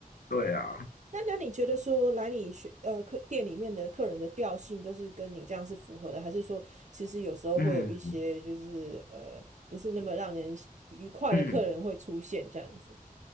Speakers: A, on the right; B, on the left.
A: 对啊，
B: 对啊，
A: 那那你觉得说来你学呃客店里面的客人的调性都是跟你这样是符合的，还是说其实有时候会有一些就是呃不是那么让人愉快的客人会出现这样子？
B: 嗯嗯。